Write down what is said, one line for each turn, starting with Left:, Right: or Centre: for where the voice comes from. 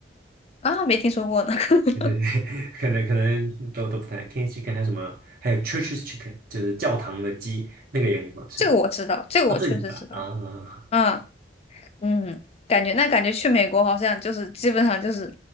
Left: 啊，没听说过呢，<laughs>
Right: <laughs> 对对对，<laughs> 可能可能都都不太 King's Chicken，还有什么，还有 Church's e Chicken，就是教堂的鸡，那个也很好吃。
Left: 这个我知道，这个我确实知道，
Right: 哦，这里吧，啊，
Left: 啊
Right: <laughs>
Left: 嗯，感觉那感觉去美国好像就是基本上就是